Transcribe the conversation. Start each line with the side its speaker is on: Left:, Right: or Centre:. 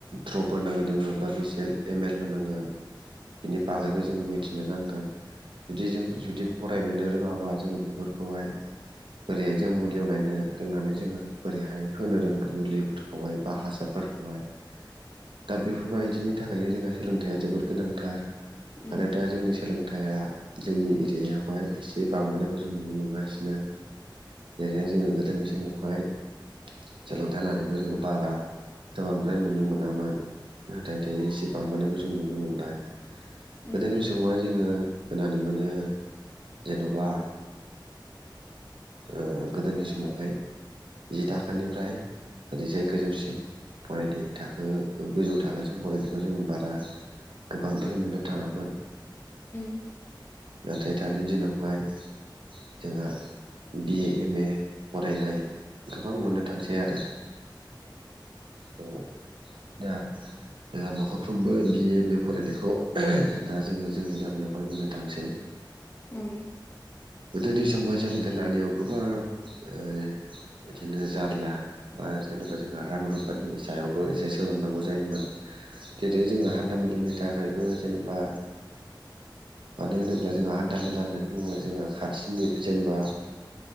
Right: द्रप होनांगोन जोङो। बा बेसेां एमेल होनांगोन बेनि बागैबो जोङो मिथिनो नांगोन। जुदि जों जुदि फरायनोनो रोङाबा जोङो बेफोरखौहाय बोरैहाय जों मुलियाव नायनो रोंनानै जोङो बोरैहाय होनो रोंनो मुलिफोरखौहाय बा हासारफो फोरखौहाय। दा बेफोरबायदिनि थाखायनो जोंहा सोलोंथाइया जोबोद गोनांथार। आरो
Left: उम
Right: दा जोंनि सोलोंथाइया जोंनि एरियायावहाय एसे बांबोनायखौ जों नुनो मोनगासिनो। जेरैहाय जोङो गोदोनि समावहाय सोलोंथाइ लानायखौ जोङो बारा गोबांद्राय नुनो मोन मोनामोन नाथाय दायो एसे बांबोनायखौ जों नुनो मोनबाय। गोदोनि
Left: उम उम
Right: समावहाय जोङो खोनानो मोनो जेन'बा ओ गोदोनि समावहाय जि थाखोनिफ्राय ओरैजाय गोजौसिम फरायनायनि थाखाय खो गोजौ थाखोसिम फरायनायखौ जों बारा गोबांद्राय मोननो थाङामोन।
Left: ब <unintelligible>
Right: नाथाय दानि दिनावहाय जोंहा बि-ए एम-ए फरायनाय गोबां मोननो थांसै आरो। औ दा जोंहा न'खरफ्रोमबो बि-ए एम- ए फरायनायखौ दा जोङो जोंनि गामियावहाय मोननो थांसै।
Left: ओं।
Right: गोदोनि समाव सोलोंथाइ लानायाव गोबां ओ बिदिनो जारला बा जेनेबा जोंहा रां रुफनि सायावबो एसे सोलोंनांगौ जायोमोन। जेरै जोङो हान्था मेलानि थाखायबो जेनेबा मानो होनोब्ला जोंहा हान्था मेला होननानै बुङो जोंहा खाथिनि जेनेबा